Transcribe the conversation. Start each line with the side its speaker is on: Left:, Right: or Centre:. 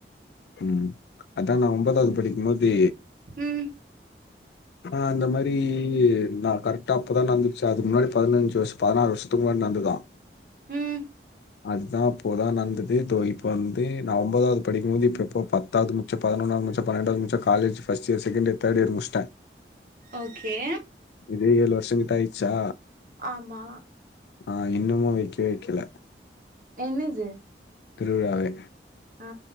Left: ம் அதா நா ஒம்பதாது படிக்கும்போது
Right: ம்
Left: ஆ அந்தமரி நா கரட்டா அப்பதா நடந்துச்சி அது முன்னாடி பதினஞ்சு வர் பதினாறு வர்ஷத்துக்கு முன்னாடி நந்துதா
Right: ம்
Left: அதுதா அப்போதா நந்தது தோ இப்ப வந்து நா ஒம்பதாது படிக்கும்போது இப்ப எப்ப பத்தாது முச்சே பதினொன்னா முச்சே பன்னண்டாது முச்சே college first year second year third year முச்சிட்டே
Right: ஓகே
Left: இதே ஏழு வர்ஷங்கிட்ட ஆயிர்ச்சா
Right: ஆமா
Left: ஆ இன்னுமு வைக்கே வைக்கல
Right: என்னது
Left: திருவிழாவே
Right: ஆ